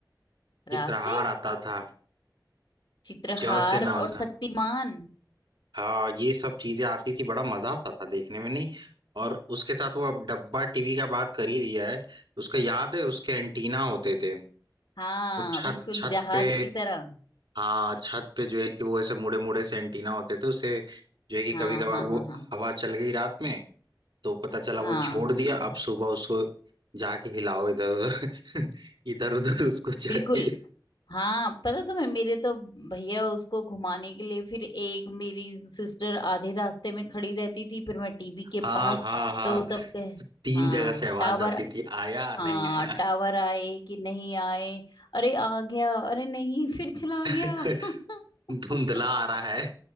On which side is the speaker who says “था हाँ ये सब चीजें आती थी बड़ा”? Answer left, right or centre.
Right